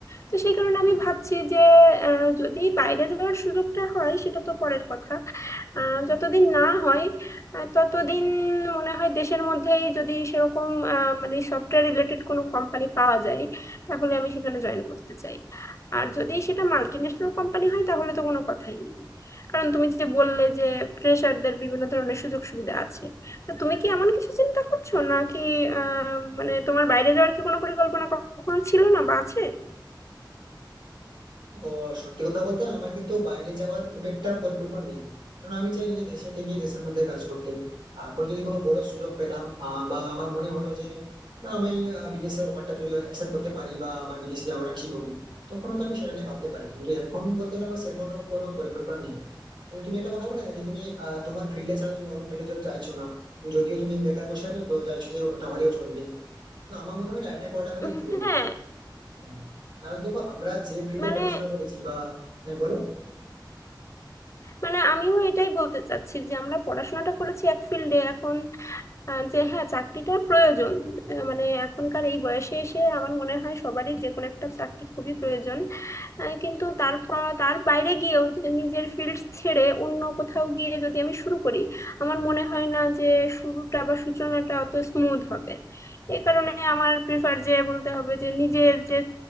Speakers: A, on the left; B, on the right.
A: তো সেই কারণে আমি ভাবছি যে আহ, যদি বাইরে যাওয়ার সুযোগটা হয় সেটা তো পরের কথা আহ যতদিন না হয় আহ, ততদিন মনে হয় দেশের মধ্যেই যদি সেরকম আহ, মানে সফটওয়্যার রিলেটেড কোনো কোম্পানি পাওয়া যায় তাহলে আমি সেখানে জয়েন করতে চাই আর যদি সেটা মাল্টিন্যাশনাল কোম্পানি হয় তাহলে তো কোনো কথাই নেই কারণ তুমি যে বললে যে ফ্রেশারদের বিভিন্ন ধরনের সুযোগ সুবিধা আছে তো তুমি কি এমন কিছু চিন্তা করছো নাকি আহ মানে তোমার বাইরে যাওয়ার কি কোনো পরিকল্পনা কখনো ছিল না বা আছে
B: ও সত্যি কথা বলতে আমার কিন্তু বাইরে যাওয়ার খুব একটা পরিকল্পনা নেই কারণ আমি চাই নিজে দেশে থেকে দেশের মধ্যে কাজ করতে তারপর যদি কোনো বড় সুযোগ পেলাম আহ, বা আমার মনে হলো যে না আমি আহ, বিদেশের অফারটা যদি অ্যাকসেপ্ট করতে পারি বা আমার বিদেশে যাওয়াটা ঠিক হবে তখন তো আমি সেটা নিয়ে ভাবতে পারি কিন্তু এখন বলতে গেলে আমার সেরকম কোনো কোনো পরিকল্পনা নেই তবে তুমি একটা কথা বলে না যে তুমি আহ, তোমার ফিল্ডে ছাড়া তুমি অন্য ফিল্ডে জব চাইছো না যদিও তুমি বেকার বসে আছো তো চাইছো যে ওটা হলেও চলবে না আমার মনে হয় না এটা করাটা আমাদের
A: উম,
B: ভুল হবে
A: হ্যাঁ
B: হ্যাঁ কারণ দেখো আমরা যে ফিল্ডে
A: মানে
B: পড়াশোনা করেছি বা হ্যাঁ বলো
A: মানে আমিও এটাই বলতে চাচ্ছি যে আমরা পড়াশোনাটা করেছি এক ফিল্ডে এখন আহ, যে হ্যাঁ চাকরিটার প্রয়োজন আহ, মানে এখনকার এই বয়সে এসে আমার মনে হয় সবারই যে কোনো একটা চাকরি খুবই প্রয়োজন আহ, কিন্তু তারপর তার বাইরে গিয়েও যে নিজের ফিল্ড ছেড়ে অন্য কোথাও গিয়ে যদি আমি শুরু করি আমার মনে হয় না যে শুরুটা বা সূচনাটা অত স্মুথ হবে এই কারণে আমার প্রিফার যে বলতে হবে যে নিজের যে